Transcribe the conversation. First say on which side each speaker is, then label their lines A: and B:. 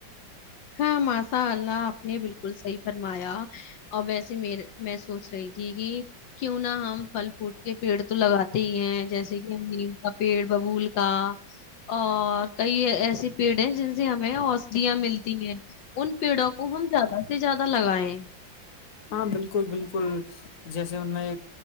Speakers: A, on the left (about 75°); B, on the left (about 45°).
A: ہاں ماشاء اللہ آپ نے بالکل صحیح فرمایا اور ویسے م میں سوچ رہی تھی کہ کیوں نہ ہم پھل کوٹ کے پیڑ تو لگاتے ہی ہیں جیسے کہ ہم نیم سب پیڑ ببول کا اور کئی ایسسی پیڑ ہے جن سے ہمیں اوشدھیاں ملتی ہیں ان پیڑوں کو ہم زیادہ ا سے زیادہ لگائے
B: ہاں بالکل بالکل جیسے ان میں